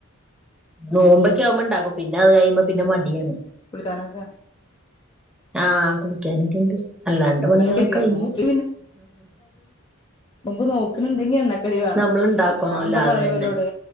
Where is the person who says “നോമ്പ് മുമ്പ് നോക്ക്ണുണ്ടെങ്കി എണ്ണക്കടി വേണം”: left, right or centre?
Left